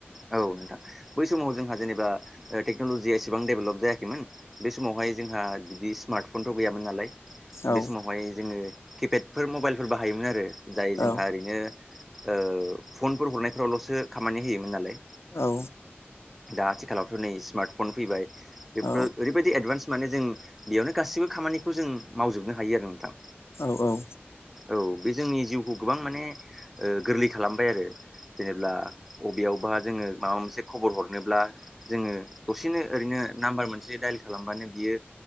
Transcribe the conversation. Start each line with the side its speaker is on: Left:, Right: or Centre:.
Centre: औ नोंथां बै समाव जोंहा जेनेबा ओ टेक्न'लजिया एसेबां डेभेलप जायाखैमोन। बे समावहाय जोंहा बिदि स्मार्टफनथ' गैयामोन नालाय
Left: औ
Centre: बे समावहाय जोङो किपेडफोर मबाइलफोर बाहायोमोन आरो जाय
Left: औ
Centre: जोंहा ओरैनो ओ फनफोर हरनायफोरावल'सो खामानि होयोमोन नालाय।
Left: औ
Centre: दा आथिखालावथ' नै स्मार्टफन फैबाय बेफोरथ'
Left: औ
Centre: बेबायदि एडभान्स माने जों बेयावनो गासिबो खामानिखौ जों मावजोबनो हायो आरो नोंथां।
Left: औ औ।
Centre: औ बे जोंनि जिउखौ गोबां माने ओ गोरलै खालामबाय आरो जेनेब्ला अबेयावबा जोङो माबा मोनसे खबर हरनोब्ला जोङो दसेनो ओरैनो नाम्बार मोनसे जि दाइल खालामबानो बियो